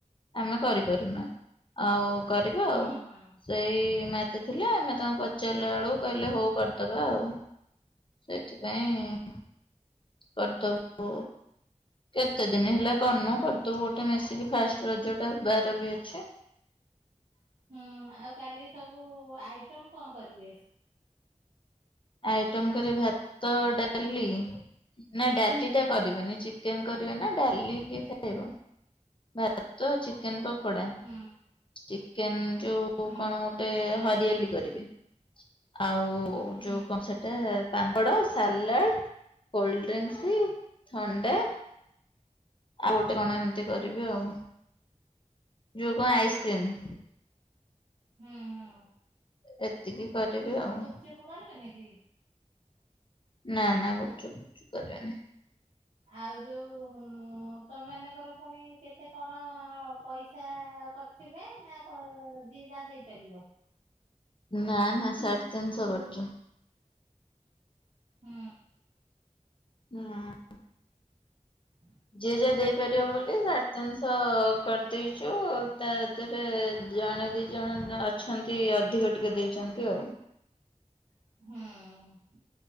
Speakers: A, on the left; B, on the right.
A: ଆମେ କରିପାରୁନା ଆଉ କରିବା
B: ହଁ
A: ଆଉ
B: ହଁ।
A: ସେଇ ମାତି ଥିଲେ ଆମେ ତଙ୍କୁ ପଚାରିଲା ବେଳକୁ କହିଲେ ହଉ କରିଦବା। କରିବାଉ ସେଥିପାଇଁ କରିଦବୁ କେତେ ଦିନ ହେଲା କରିନୁ
B: ଆଉ
A: କରିଦବୁ ଗୋଟେ ଟା ମିଶିକି ଫାଷ୍ଟ ରଜଟା ବାର ବି ଅଛି।
B: ହୁଁ ଆଉ କାଲି ସବୁ ଆଇଟମ୍ କଣ କରିବେ?
A: ଆଇଟମ କରେ ଭାତ ଡାଲି ନା ଡାଲିଟା
B: ହୁଁ
A: କରିବେନି ଚିକେନ କରିବେ ନା ଡାଲି କିଏ ଖାଇବ ଭାତ ଚିକେନ ପକୋଡା।
B: ହୁଁ
A: ଚିକେନ ଯୋଉ
B: ହୁଁ
A: କଣ ଗୋଟେ ହରିଆଲି କରିବେ ଆଉ
B: ହୁଁ
A: ଯୋଉ କଣ ସେଟା, ପାମ୍ପଡ, ସାଲାଡ। କୋଲଡଡ୍ରିଙ୍କସ ଥଣ୍ଡା ଆଉ ଗୋଟେ କଣ ଏମିତି କରିବି
B: ହୁଁ
A: ଆଉ ଯୋଉ କଣ ଆଇସ୍କ୍ରିମ?
B: ହୁଁ ହୁଁ।
A: ଏତିକି କରିବି ଆଉ।
B: ଗୁପଚୁପ କରିବେନି କି?
A: ନା ନା ଗୁପୁଚୁପ ଫୁପଚୁପ କରିବାନି।
B: ଆଉ ଯୋଉ ତମାନଙ୍କର ପୁଣି କେତେ କଣ। ପଇସା କରିଥିବେ ନା ଯିଏ ଯାହା ଦେଇପାରିବ।
A: ନା ନା ସାଢେ ତିନିଶହ କରୁଛୁ।
B: ହୁଁ।
A: ହୁଁ।
B: ହୁଁ
A: ଯିଏ ଯାହା ଦେଇପାରିବ ବୋଲି ସାଢେ ତିନିଶ କରିଦେଇଛୁ ତା ଏଥିରେ ଜଣେ ଦି ଜଣ ଅଛନ୍ତି ଅଧିକ ଟିକେ ଦେଇଛନ୍ତି ଆଉ।
B: ହଁ।